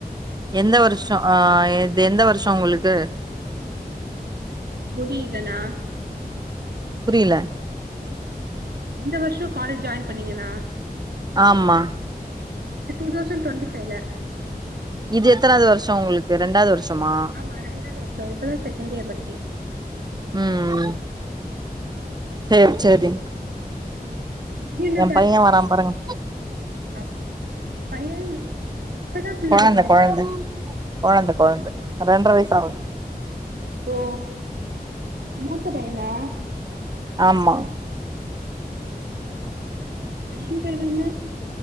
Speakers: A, on the right (about 25°); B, on the right (about 75°).
A: எந்த வருஷோ ஆ இது எந்த வருஷோ உங்களுக்கு
B: முடியிதனா
A: புரியில
B: எந்த வருஷோ காலேஜ் ஜாயின் பண்ணீங்கன்னா
A: ஆமா
B: டூ தௌசண்டு டொண்ட்டிஃபைய்ல
A: இது எத்தனாவது வருஷோ உங்களுக்கு ரெண்டாவது வருஷமா
B: ஆமா ரெண்டாது வருஷோ இப்பதா செகண்டு இயர் படிக்கே
A: ம் ம் சேரி சேரி
B: திடீர்னு
A: எ பைய வரா பாருங்க
B: அப் பையன் இப்பதா புள்ள
A: கொழந்த
B: பொறந்துச்சா
A: கொழந்த கொழந்த கொழந்த ரெண்ற வயசு ஆவுது
B: ஓ மூத்த பையனா
A: ஆமா
B: <inaudible> பையன் பேர் என்ன